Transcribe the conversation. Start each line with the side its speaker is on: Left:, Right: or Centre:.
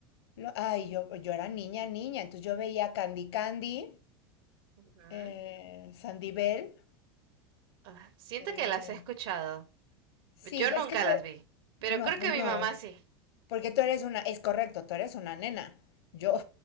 Left: lo- ay, yo, yo era niña, niña, entonces yo veía Candy Candy,
Right: Ujú.
Left: eh, Sandy Bell.
Right: Ah, siento
Left: eh,
Right: que las he escuchado.
Left: sí,
Right: Yo nunca
Left: es que... te-
Right: las vi, pero
Left: no,
Right: creo
Left: pues
Right: que
Left: no.
Right: mi mamá sí,
Left: Porque tú eres una, es correcto, tú eres una nena. Yo,